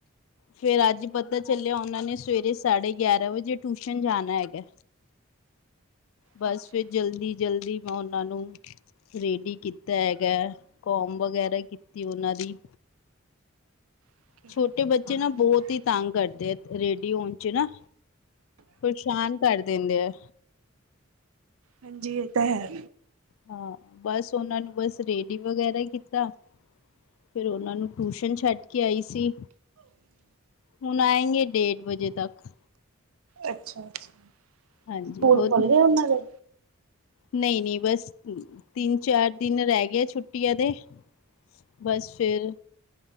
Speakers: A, on the left; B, on the right.
A: ਫੇਰ ਅੱਜ ਪਤਾ ਚੱਲਿਆ ਉਹਨਾਂ ਨੇ ਸਵੇਰੇ ਸਾਢੇ ਗਿਆਰਾਂ ਵਜੇ ਟਿਊਸ਼ਨ ਜਾਣਾ ਹੈਗਾ ਬਸ
B: ਹਾਂਜੀ
A: ਫਿਰ ਜਲਦੀ ਜਲਦੀ ਮੈਂ ਉਹਨਾਂ ਨੂੰ ਰੇਡੀ ਕੀਤਾ ਹੈਗਾ ਹੈ ਕੌਮ ਵਗੈਰਾ ਕੀਤੀ ਉਹਨਾਂ ਦੀ
B: ਅੱਛਾ
A: ਛੋਟੇ ਬੱਚੇ ਨਾ ਬਹੁਤ ਹੀ ਤੰਗ ਕਰਦੇ ਆ ਰੇਡੀਓ ਚ ਨਾ ਪਰੇਸ਼ਾਨ ਕਰ ਦਿੰਦੇ ਆ
B: ਹਾਂਜੀ ਇਹ ਤਾਂ ਹੈ
A: ਹਾਂ ਬਸ ਉਹਨਾਂ ਨੂੰ ਬਸ ਰੇਡੀ ਵਗੈਰਾ ਕੀਤਾ ਫਿਰ ਉਹਨਾਂ ਨੂੰ ਟਿਊਸ਼ਨ ਛੱਡ ਕੇ ਆਈ ਸੀ ਹੁਣ ਆਏਂ ਗੇ ਡੇਢ ਵਜੇ ਤੱਕ
B: ਅੱਛਾ ਅੱਛਾ।
A: ਹਾਂਜੀ
B: ਸਕੂਲ
A: ਹੋਰ।
B: ਖੁੱਲ ਗਏ ਉਹਨਾਂ ਦੇ
A: ਨਹੀਂ ਨਹੀਂ ਬਸ ਤਿੰਨ ਚਾਰ ਦਿਨ ਰਹਿ ਗਏ ਛੁੱਟੀਆਂ ਦੇ ਬਸ ਫਿਰ।